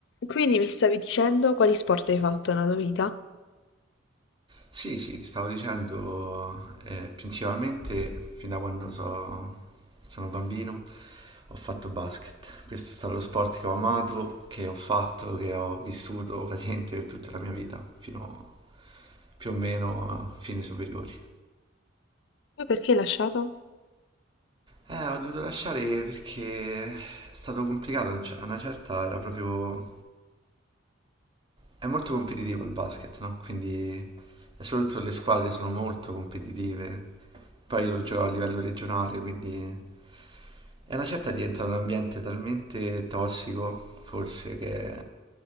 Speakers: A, on the left; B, on the right.
A: Quindi mi stavi dicendo quali sport hai fatto nella tua vita?
B: Sì, sì, ti stavo dicendo, eh, principalmente fin da quando so- sono bambino ho fatto basket. Questo è stato lo sport che ho amato, che ho fatto, che ho vissuto praticamente per tutta la mia vita, fino più o meno a fine superiori.
A: Poi perché hai lasciato?
B: Eh, ho dovuto lasciare perché è stato complicato, a un cer- a una certa era proprio È molto competitivo il basket, no? Quindi, e soprattutto le squadre sono molto competitive. Poi io lo gioco a livello regionale, quindi è una certa diventa un ambiente talmente tossico, forse, che